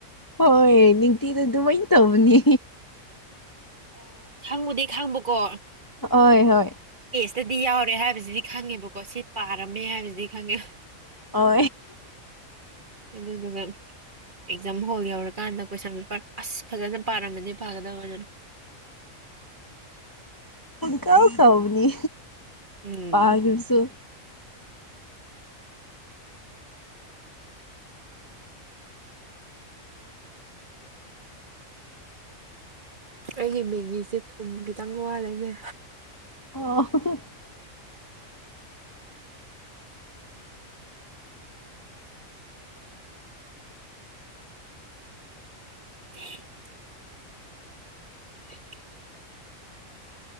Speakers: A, on the left; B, on the right.
A: ꯍꯣꯏ ꯅꯤꯡꯇꯤꯗ ꯑꯗꯨꯃꯥꯏ ꯇꯧꯅꯤ
B: ꯈꯪꯕꯨꯗꯤ ꯈꯪꯕꯀꯣ
A: ꯍꯣꯏ ꯍꯣꯏ
B: ꯇꯗꯤ ꯌꯥꯎꯔꯦ ꯍꯥꯏꯕꯁꯤꯗꯤ ꯈꯪꯉꯦꯕꯀꯣ ꯁꯤ ꯄꯥꯔꯝꯃꯦ ꯍꯥꯏꯕꯁꯤꯗꯤ ꯈꯪꯉꯦ
A: ꯑꯣ
B: ꯑꯗꯨꯗ ꯑꯗꯨ ꯐ ꯑꯦꯛꯖꯥꯝ ꯍꯣꯜ ꯌꯧꯔꯀꯥꯟꯗ ꯀꯣꯏꯁꯟ ꯄꯦꯄꯔ ꯑꯁ ꯐꯖꯅ ꯄꯥꯔꯝꯃꯅꯤ ꯄꯥꯒꯗꯕꯅ
A: ꯀꯥꯎ ꯀꯥꯎꯅꯤ
B: ꯎꯝ
A: ꯄꯥꯔꯁꯨ
B: ꯑꯩꯒꯤ ꯃꯦꯒꯤꯁꯦ ꯊꯨꯝ ꯈꯤꯇꯪ ꯋꯥꯠꯂꯦꯅꯦ
A: ꯑꫭ ꯑꫭ
B: <unintelligible> <inaudible> <inaudible>